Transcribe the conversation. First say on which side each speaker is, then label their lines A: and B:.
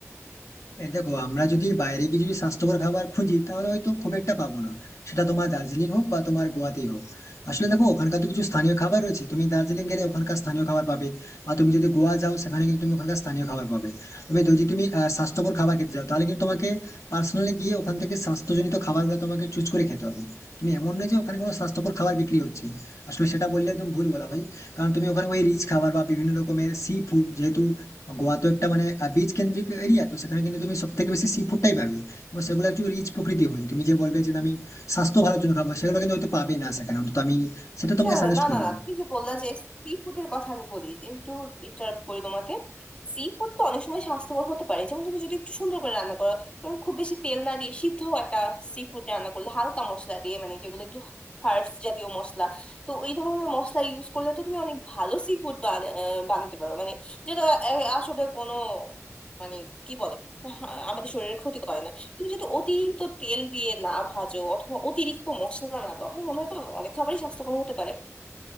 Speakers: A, on the left (about 70°); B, on the left (about 25°).
A: এই দেখো আমরা যদি বাইরে গিয়ে যদি স্বাস্থ্যকর খাবার খুঁজি তাহলে হয়তো খুব একটা পাবো না সেটা তোমার দার্জিলিং হোক বা তোমার গোয়াতেই হোক আসলে দেখো ওখানকার তো কিছু স্থানীয় খাবার রয়েছে তুমি দার্জিলিং গেলে ওখানকার স্থানীয় খাবার পাবে বা তুমি যদি গোয়া যাও সেখানে কিন্তু তুমি ওখানকার স্থানীয় খাবার পাবে তবে যদি তুমি আহ, স্বাস্থ্যকর খাবার খেতে চাও তাহলে কিন্তু তোমাকে পার্সোনালি গিয়ে ওখান থেকে স্বাস্থ্যজনিত খাবারগুলো তোমাকে চুজ করে খেতে হবে তুমি এমন নয় যে ওখানে কোনো স্বাস্থ্যকর খাবার বিক্রি হচ্ছে আসলে সেটা বললে একদম ভুল বলা ভাই কারণ তুমি ওখানে ওই রিচ খাবার বা বিভিন্ন রকমের সি ফুড যেহেতু গোয়া তো একটা মানে বিচ কেন্দ্রিক এরিয়া তো সেখানে কিন্তু তুমি সব থেকে বেশি সি ফুডটাই পাবে এবং সেগুলো একটু রিচ প্রকৃতি হয় তুমি যে বলবে যে না, আমি স্বাস্থ্য ভালোর জন্য খাবো সেগুলো কিন্তু হয়তো পাবে না সেখানে অন্তত আমি সেটা
B: আচ্ছা
A: তোমাকে সাজেস্ট
B: না
A: করবো
B: না না তুমি যে বললা যে সি ফুডের কথা আমি বলি একটু ইন্টারাপ্ট করি তোমাকে সি ফুড তো অনেক সময় স্বাস্থ্যকর হতে পারে যেমন তুমি যদি একটু সুন্দর করে রান্না করো এবং খুব বেশি তেল না দিয়ে সিদ্ধ একটা সি ফুড রান্না করলে হালকা মশলা দিয়ে মানে যেগুলো একটু হার্বস জাতীয় মশলা তো এই ধরনের মশলা ইউজ করলে তো তুমি অনেক ভালো সি ফুড বানাতে পারো মানে যেটা আহ, আসলে কোনো মানে কি বলে হা- আমাদের শরীরের ক্ষতি করে না তুমি যদি অতিরিক্ত তেল দিয়ে না ভাজো অথবা অতিরিক্ত মশলা না দাও আমার মনে হয় তো অনেক খাবারই স্বাস্থ্যকর হতে পারে